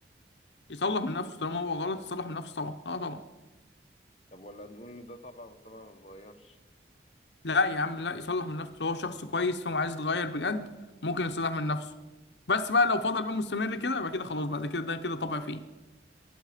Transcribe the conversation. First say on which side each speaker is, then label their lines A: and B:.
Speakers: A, on the left (about 80°); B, on the left (about 35°).
A: يصلح من نفسه طالما هو غلط يصلح من نفسه طبعا اه طبعا
B: طب ولا نقول إن ده طبع والطبع ما بيتغيرش؟
A: لا يا عم لا يصلح من نفسه لو هو شخص كويس فهو عايز يتغير بجد ممكن يصلح من نفسه بس بقى لو فضل بقى مستمر كده يبقى كده خلاص بعد كده ده كده طبع فيه